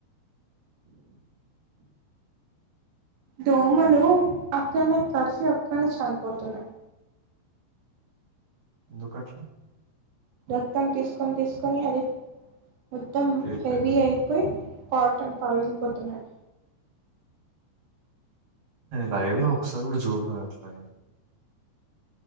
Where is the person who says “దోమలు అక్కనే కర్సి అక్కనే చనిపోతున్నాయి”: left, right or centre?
Right